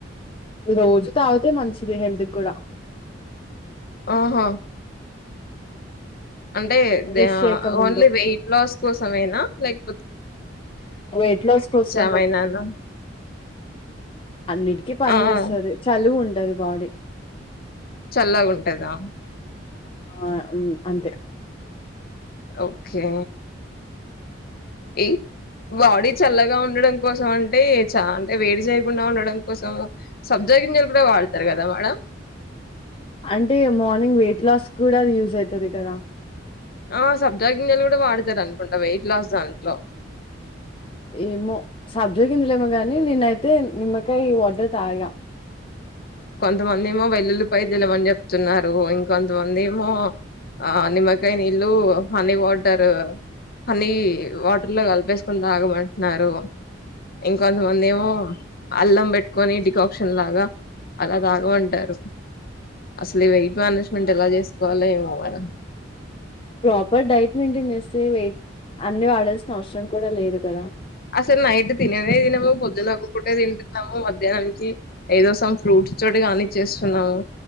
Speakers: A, on the left; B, on the left.
A: రోజు తావాతే మంచిది హెల్త్ కూడా
B: ఆహా అంటే
A: బ్రష్ చేయకముందు.
B: ఓన్లీ వెయిట్ లాస్ కోసమైనా లైక్
A: వెయిట్ లాస్ కు వస్తుంది
B: ఏమైనానా?
A: అన్నిటికీ పని
B: ఆ!
A: చేేస్తుంది
B: ఆ!
A: చలువు ఉంటంది ది బాడీ
B: చల్లగుంటాదా
A: ఆ హు అంతే
B: ఓకే ఈ బాడీ చల్లగా ఉండడం కోసం అంటే చ అంటే వేడి చేయకుండా ఉండడం కోసం సబ్జా గింజలు కూడా వాడతారు కదా మేడమ్
A: అంటే మార్నింగ్ వెయిట్ లాస్ కూడా అది యూజ్ అయితది కదా
B: ఆ సబ్జా గింజలు కూడా వాడతారు అనుకుంటా వెయిట్ లాస్ దాంట్లో
A: ఏమో సబ్జా గింజలు ఏమోగానీ నేనైతే నిమ్మకాయ్ వాటర్ తాగా
B: కొంతమంది ఏమో వెల్లులిపాయ్ తినమని చెప్తున్నారు ఇంకొంతమంది ఏమో ఆ నిమ్మకాయ నీళ్ళు హనీ వాటర్ హనీ వాటర్ లో కలిపేసుకొని తాగమంటున్నారు ఇంకొంతమంది ఏమో అల్లం పెట్టుకొని డికాక్షన్ లాగా అలా తాగమంటారు అసలు ఈ వెయిట్ మేనేజ్మెంట్ ఎలా చేసుకోవాలో ఏమో ఆడా
A: ప్రాపర్ డైట్ మెయింటైన్ చేస్త్ మే అన్ని వాడాల్సిన అవసరం కూడా లేదు కదా
B: అసలు నైట్ తినేనే తినవు పొద్దున ఒక పూట తింటున్నావు మధ్యానుంచి ఏదో సం ఫ్రూట్స్ చోటి కానిచ్చేస్తున్నాము